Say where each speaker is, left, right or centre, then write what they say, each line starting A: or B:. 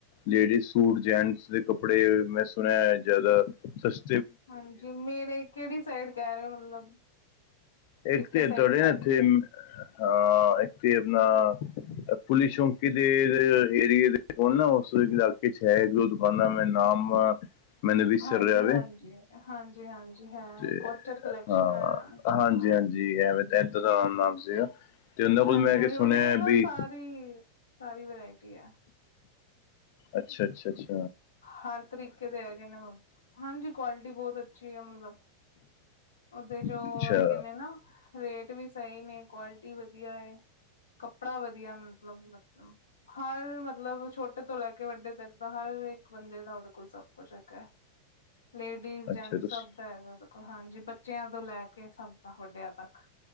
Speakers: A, on the left; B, on the left.
A: ਲੇਡੀਜ਼ ਸੂਟ, ਜੈਂਟਸ ਦੇ ਕੱਪੜੇ, ਮੈਂ ਸੁਣਿਆ ਜ਼ਿਆਦਾ ਸਸ
B: ਹਾਂਜੀ ਮੇਰੇ ਕਿਹੜੀ ਸਾਈਡ ਕਹਿ ਰਹੇ ਹੋ ਮਤਲਬ? <unintelligible>
A: ਇੱਕ
B: ਪੇਕੇ
A: ਤੇ
B: ਸਾਈਡ
A: ਤੁਹਾਡੇ
B: ਕਹਿ
A: ਇਥੇ
B: ਰਹੇ ਹੋ
A: ਹਾਂ ਇਥੇ ਆਪਣਾ ਪੁਲਿਸ ਚੌਂਕੀ ਦੇ ਏਰੀਏ ਦੇ ਕੋਲ ਨਾ ਉਸ ਇਲਾਕੇ ਚ ਹੈ ਮੈਂ ਨਾਮ ਮੈਨ ਵਿਸਰ
B: ਹਾਂਜੀ-ਹਾਂਜੀ,
A: ਰਿਹਾ ਵ
B: ਹਾਂਜੀ-ਹਾਂਜੀ ਹੈ
A: ਤੇ
B: ਕੋਚਰ ਕਲੈਕਸ਼ਨ
A: ਹਾਂ
B: ਹੈ ਅੱਛਾ
A: ਹਾਂਜੀ
B: ਹਾਂ
A: ਜੀ ਹਾਂਜੀ ਏ ਵੀ ਤਾ ਦਾ ਨਾਮ ਸੀਗਾ ਤੇ ਉਹਨਾਂ ਕੋਲ
B: ਹਾਂਜੀ
A: ਮੈਂ
B: ਹਾਂ
A: ਕੇ ਸੁਣਿਆ
B: ਉਹਦੇ ਕੋਲ ਨਾ
A: ਵੀ
B: ਸਾਰੀ ਸਾਰੀ ਵਰਾਇਟੀ ਹੈ
A: ਅੱਛਾ ਅੱਛਾ ਅੱਛਾ
B: ਹਰ ਤਰੀਕੇ ਦੇ ਹੈਗੇ ਨੇ ਮਤਲ ਹਾਂਜੀ ਕੁਆਲਿਟੀ ਬਹੁਤ ਅੱਛੀ ਹੈ ਮਤਲਬ ਉਹਦੇ ਜੋ
A: ਅੱਛਾ,
B: ਹੈਗੇ ਨੇ ਨਾ ਰੇਟ ਵੀ ਸਹੀ ਨੇ ਕੁਆਲਿਟੀ ਵਧੀਆ ਹੈ ਕੱਪੜਾ ਵਧੀਆ ਮਤਲਬ ਹਰ ਮਤਲਬ ਛੋਟੇ ਤੋਂ ਲੈ ਕੇ ਵੱਡੇ ਤੱਕ ਦਾ ਹਰ ਇੱਕ ਬੰਦੇ ਦਾ ਉਹਦੇ ਕੋਲ ਸਬ ਕੁਛ ਹੈਗ ਹੈ ਲੇਡੀਸ
A: ਅੱਛਾ
B: ਜੈੈਂਟ
A: ਤੁਸ
B: ਸਬਦਾ ਹੈਗਾੋਂ ਹਾਂਜੀ ਬੱਚਿਆਂ ਤੋਂ ਲੈ ਕੇ ਸਭ ਦਾ ਵੱਡਿਆ ਤੱਕ